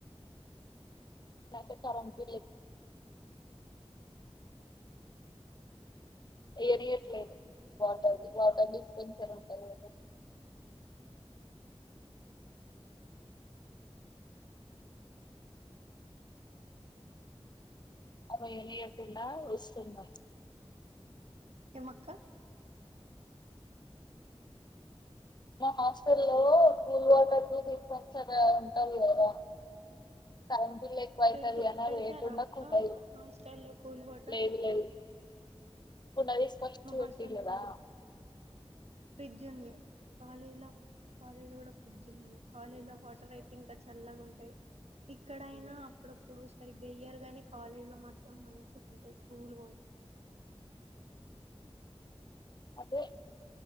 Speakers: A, on the left; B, on the right.
A: మ కరంట్ ఏరియట్లేదు వాటర్ ని వాటర్ ని స్కెస ఉంటారు అద అ ఏ ఎప్పిన వస్తుంద
B: ఏమక్క
A: మా హాస్టల్ లో కూల్ వాటర్లు తీసుకొని సరే ఉంటంది కదా సగు లు ఎక్కువ అవుతది
B: పెడుతు
A: అని
B: పెడతారా
A: వే చండకుండయి
B: అక్క హాస్టల్లో కూల్ వాటర్
A: లేదు లేదు కుండ దిస్కాచ్చి
B: మా
A: పెట్టిరు
B: హాస్టల్లో
A: కదా
B: పెడు ఫ్రిడ్జ్ ఉంది కాలేజీ లో కాలేజీ లో గుడా ఫ్రిడ్జ్ ఉంది కాలేజీ లో వాటర్ అయితే ఇంకా చల్లగా ఉంటాయి ఇక్కడయినా అప్పుడప్పుడు సరిగ్గెయ్యర్ గాని కాలేజ్ లో మాత్రం మంచిగా ఉంటాయి కూల్ వాటర్
A: అదే